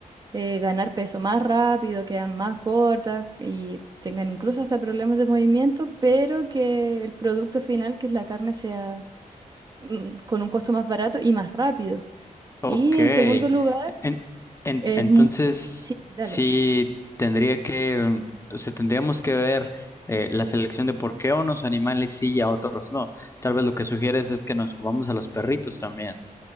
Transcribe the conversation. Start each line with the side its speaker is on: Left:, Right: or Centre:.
Right: eh, ganar peso más rápido, quedan más gordas y tengan incluso hasta problemas de movimiento, pero que el producto final, que es la carne, sea mm, con un costo más barato y más rápido.
Left: Ok.
Right: Y en segundo lugar,
Left: En- en-
Right: es...
Left: entonces,
Right: mu- Sí, dale.
Left: sí, tendría que, o sea, tendríamos que ver eh, la selección de por qué a unos animales sí y a otros no. Tal vez lo que sugieres es que nos comamos a los perritos también.